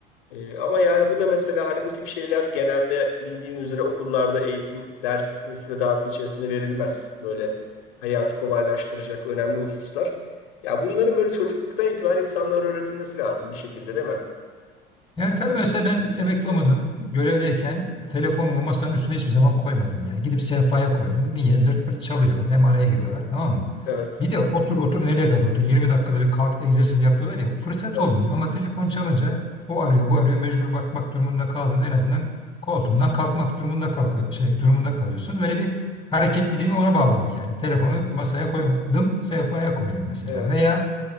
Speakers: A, on the left; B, on the left.
A: E, ama yani bu da mesela hani bu tip şeyler genelde bildiğin üzere okullarda eğitim ders müfredatı içerisinde verilmez. Böyle hayatı kolaylaştıracak önemli hususlar. Ya bunların böyle çocukluktan itibaren insanlara öğretilmesi lazım bir şekilde değil mi?
B: Yani tabii mesela ben emekli olmadan görevdeyken telefonumu masanın üstüne hiçbir zaman koymadım yani. Gidip sehpaya koydum. Niye? Zırt pırt çalıyor. Hem araya giriyorlar tamam mı?
A: Evet.
B: Bir de otur otur nereye kadar otur. 20 dakikada bir kalk egzersiz yapıyorlar ya. Fırsat
A: Tabii.
B: olmuyor ama telefon çalınca o arıyor bu arıyor. Mecbur bakmak durumunda kaldın. En azından koltuğundan kalkmak durumunda kalkıyor, şey durumunda kalıyorsun. Böyle bir hareketliliğimi ona bağladım yani. Telefonu masaya koymadım. Sehpaya koydum mesela.
A: Evet,
B: Veya